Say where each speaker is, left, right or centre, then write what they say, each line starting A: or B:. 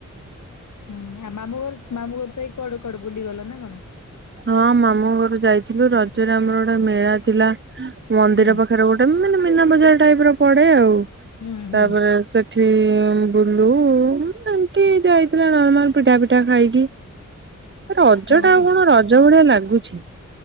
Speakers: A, on the left; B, on the right.
A: ହୁଁ ଆ ମାମୁଁ ଘର ମାମୁଁ ଘର ତ ଏଇ କଡ କୁଆଡେ ବୁଲି ଗଲ ନା କଣ?
B: ହଁ ମାମୁଁ ଘରୁ ଯାଇଥିଲୁ ରଜରେ ଆମର ଗୋଟେ ମେଳା ଥିଲା ମନ୍ଦିର
A: ହୁଁ
B: ପାଖରେ ଗୋଟେମ୍ ମାନେ ମିନା ବଜାର ଟାଇପ୍ ର ପଡେ ଆଉ।
A: ହୁଁ ହୁଁ
B: ତାପରେ ସେଠି ଇ ବୁଲୁ ଏମିତି ଯାଇଥିଲା ନର୍ମାଲ୍ ପିଠା ଫିଠା ଖାଇକି। ରଜଟା
A: ବୁଲିକି
B: ଆଉ କଣ ରଜ୍ ଯଉ ଭଳିଆ ଲାଗୁଛି।